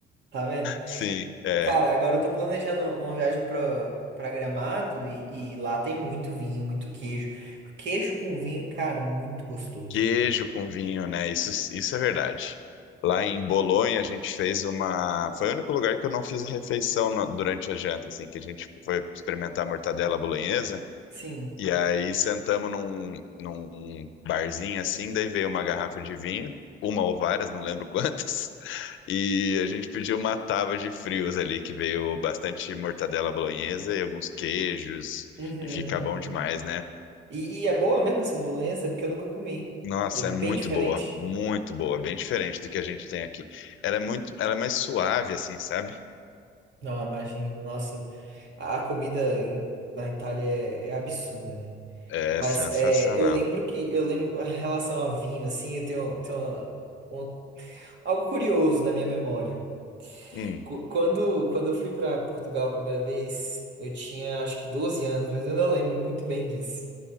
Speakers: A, on the right; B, on the left.
A: Tá vendo?
B: Sim. é.
A: Cara, agora eu tô planejando uma viagem pra, pra Gramado e, e lá tem muito vinho, muito queijo. Queijo com vinho, cara, muito gostoso.
B: Queijo com vinho, né? Isso, isso é verdade. Lá em Bolonha, a gente fez uma. Foi o único lugar que eu não fiz refeição na- durante a janta, assim, que a gente foi experimentar a mortadela bolonhesa.
A: Sim.
B: E aí sentamos num, num barzinho assim, daí veio uma garrafa de vinho, uma ou várias, não lembro quantas. <laughs> E a gente pediu uma tábua de frios ali, que veio bastante mortadela bolonhesa e alguns queijos.
A: Uhum.
B: E fica bom demais, né?
A: E, e é boa mesmo essa bolonhesa? Porque eu nunca comi.
B: Nossa,
A: É bem
B: é muito
A: diferente?
B: boa, muito boa, bem diferente do que a gente tem aqui. Ela é muito, ela é mais suave, assim, sabe?
A: Não, imagino. Nossa, a a comida em- na Itália é, é absurda, né?
B: É
A: Mas
B: sensacional.
A: é, eu lembro que, eu lembro, em relação a vinho, assim, eu tenho, tenho uma- um- algo curioso na minha memória.
B: Hum,
A: Qu- Quando, quando eu fui para Portugal a primeira vez, eu tinha acho que 12 anos, mas eu não lembro muito bem disso.